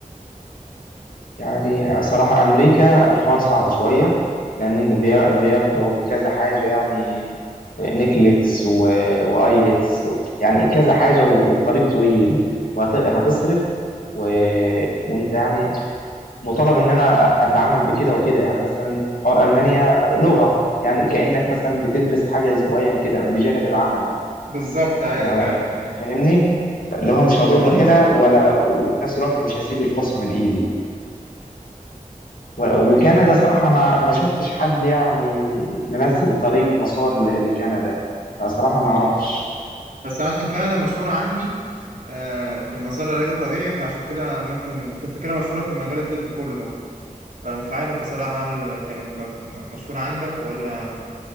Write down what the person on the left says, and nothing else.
يعني آه، صراحه امريكا الحوار صعب شويه لان بيا- بياخدوا كذا حاجه يعني آه، نيكليكس و- وايلتس و- يعني كذا حاجه و- والطريق طويل وهتصرف و... وانت يعني مطالب ان انا اتعامل بكده وكده يعني مثلا حوار المانيا لغه يعني كانك مثلا بتدرس حاجه اسبوعيا كده بجانب العمل
ف-
فاهمني اللي هو مش هضر هنا ولا وفي نفس الوقت مش هسيب الفرصة من ايدي و-
وكندا
صراحة ما ما شفتش حد يعني منزل طريق مسار ل- لكندا فصراحة
ما اعرفش